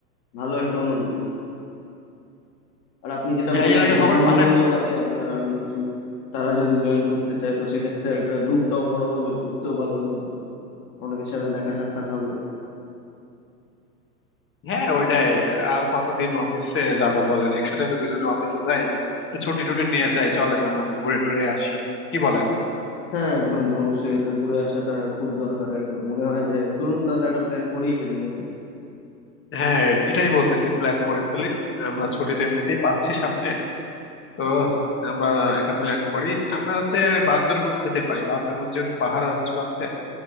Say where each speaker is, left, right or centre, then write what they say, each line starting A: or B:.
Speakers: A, on the left; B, on the left.
A: ভালো একটা অনুভূতি আর আপনি যেটা
B: হ্যাঁ
A: বললেন
B: এর আগে
A: যে
B: কখনো
A: বন্ধু
B: পাহাড়ে
A: বান্ধব আছে আপনার আরো কিছু তারা যদি জয়েন করতে চায় তো সেক্ষেত্রে একটা গ্রুপটাও বড় হবে ঘুরতেও ভালো লাগবে অনেকের সাথে দেখা সাক্ষাৎ হবে
B: হ্যাঁ ওইটাই আর কতদিন অফিসে যাব বলেন একসাথে তো দুজনে অফিসে যাই তো ছুটি টুটি নিয়ে যাই চলেন আমরা একটু ঘুরে টুরে আসি কি বলেন
A: হ্যাঁ একদম অবশ্যই এটা ঘুরে আসাটা খুব দরকার একটা মনে হয় যে চলুন তাহলে একটা প্ল্যান করেই ফেলি নাকি
B: হ্যাঁ এ- এটাই বলতেছি প্ল্যান করে ফেলি আমরা ছুটি তো এমনিতেই পাচ্ছি সামনে তো আমরা একটা প্ল্যান করি আমরা হচ্ছে বান্দরবন যেতে পারি বান্দরবন যেহেতু পাহাড় অঞ্চল আছে